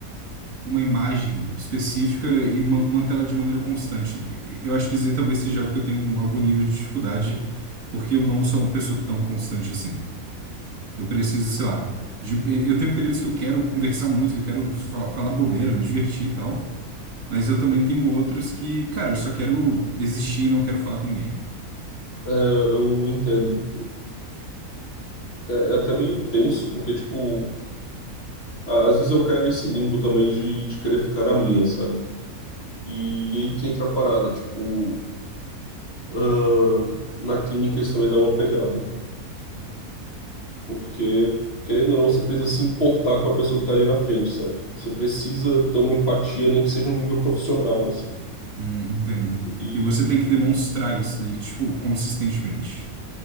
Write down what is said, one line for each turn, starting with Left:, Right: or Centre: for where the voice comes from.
Right: uma imagem específica e ma- mantê-la de maneira constante. E- Eu acho que isso aí talvez seja algo que eu tenho um- algum nível de dificuldade, porque eu não sou uma pessoa tão constante assim. Eu preciso, sei lá, de um pe- eu tenho períodos que eu quero conversar muito, que eu quero fa- falar bobeira, me divertir e tal, mas eu também tenho outros que, cara, eu só quero existir e não quero falar com ninguém.
Left: É, eu entendo. É, é, é até meio tenso, porque, tipo, a- às vezes eu quero nesse limbo também de, de querer ficar na minha, sabe? E, e aí que entra a parada, tipo, ah, na clínica isso também dá uma pegada, porque, querendo ou não, você precisa se importar com a pessoa que tá ali na frente, sabe? Você precisa ter uma empatia, nem que seja um nível profissional, assim.
Right: Hum, entendo.
Left: E,
Right: E você tem que demonstrar isso daí, tipo, consistentemente.